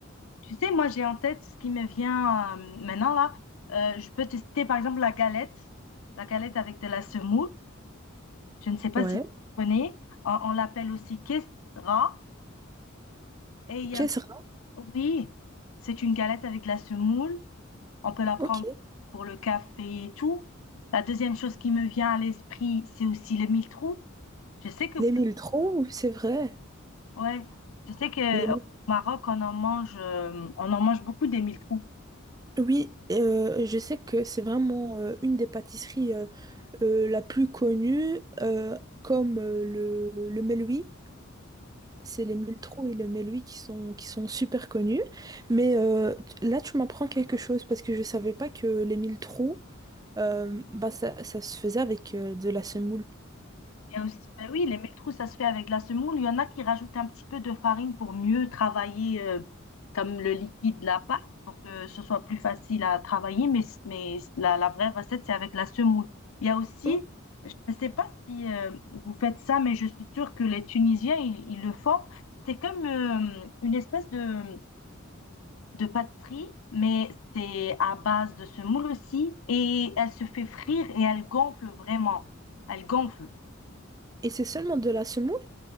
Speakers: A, on the left; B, on the right.
A: Tu sais, moi, j'ai en tête ce qui me vient euh, maintenant là. Euh, je peux tester par exemple la galette, la galette avec de la semoule. Je ne sais pas
B: Ouais.
A: si tu connais. On, on l'appelle aussi kestra. Et il y
B: Kesra,
A: a- oui, c'est une galette avec de la semoule. On peut la
B: ok.
A: prendre pour le café et tout. La deuxième chose qui me vient à l'esprit, c'est aussi le mille-trous. Je sais que,
B: Les mille troncs, c'est vrai.
A: ouais, je sais que
B: Les mille-
A: au Maroc, on en mange, euh, on en mange beaucoup des mille-trous.
B: Oui, euh, je sais que c'est vraiment euh, une des pâtisseries euh, euh, la plus connue, euh, comme euh, le, le Meloui. C'est les mille troncs et le Meloui qui sont, qui sont super connus. Mais euh, tu- là, tu m'apprends quelque chose parce que je ne savais pas que les mille troncs, euh, bah, ça, ça se faisait avec euh, de la semoule.
A: Il y a aussi, ben oui, les métrous, ça se fait avec de la semoule. Il y en a qui rajoutent un petit peu de farine pour mieux travailler euh, comme le liquide de la pâte, pour que ce soit plus facile à travailler. Mais, mais la, la vraie recette, c'est avec la semoule. Il y a aussi,
B: Ok.
A: je ne sais pas si euh, vous faites ça, mais je suis sûre que les Tunisiens, ils, ils le font. C'est comme euh, une espèce de, de pâtisserie, mais c'est à base de semoule aussi. Et elle se fait frire et elle gonfle vraiment. Elle gonfle.
B: Et c'est seulement de la semoule?